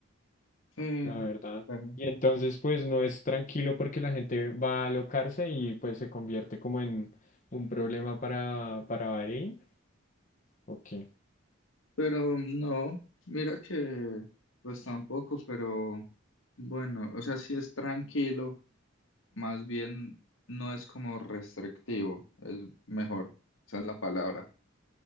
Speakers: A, on the left; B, on the left.
A: eh,
B: la verdad.
A: pero,
B: Y entonces pues no es tranquilo porque la gente va a alocarse y pues se convierte como en un problema para, para Bahrein. Ok.
A: pero no, mira que pues tampoco, pero bueno, o sea, sí es tranquilo, más bien no es como restrictivo, es mejor, esa es la palabra.